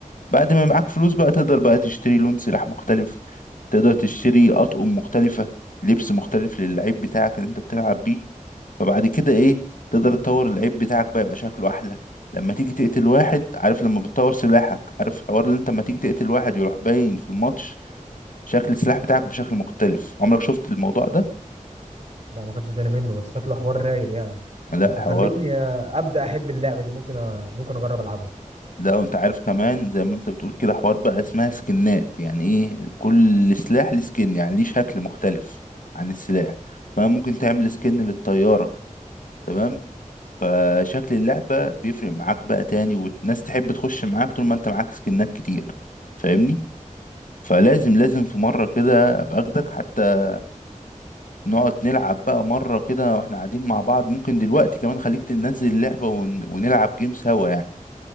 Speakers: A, on the left (about 80°); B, on the right (about 55°).
A: بعد ما معاك فلوس بقى تقدر بقى تشتري لون سلاح مختلف تقدر تشتري أطقم مختلفة لبس مختلف للعيب بتاعك اللي انت بتلعب بيه فبعد كده ايه تقدر تطور العيب بتاعك بقى يبقى شكله احلى لما تيجي تقتل واحد عارف لما بتطور سلاحك عارف حوار اللي انت لما تيجي تقتل واحد يروح باين في الماتش شكل السلاح بتاعك بشكل مختلف عمرك شفت الموضوع ده
B: لا ما خدتش بالي منه بس شكله حوار رايق يعني
A: لا
B: انت
A: حوار
B: خلتني ابدا احب اللعبه دي ممكن أ... ممكن اجرب العبها
A: لا وانت عارف كمان زي ما انت بتقول كده حوار بقى اسمها سكنات يعني ايه كل سلاح ليه سكن يعني ليه شكل مختلف عن السلاح فممكن تعمل سكن للطيارة تمام فشكل اللعبة بيفرق معاك بقى تاني والناس تحب تخش معاك طول ما انت معاك سكنات كتير فاهمني فلازم لازم في مرة كده ابقى اخدك حتى نقعد نلعب بقى مرة كده واحنا قاعدين مع بعض ممكن دلوقتي كمان خليك تنزل اللعبة ون... ونلعب جيم سوا يعني